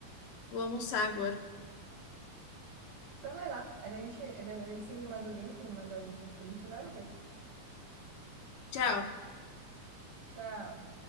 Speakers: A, on the left; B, on the right.
A: vou almoçar agora.
B: Então vai lá, aí a gente, daí você me manda o link, me manda o o print, eu quero ver.
A: Tchau.
B: Tchau.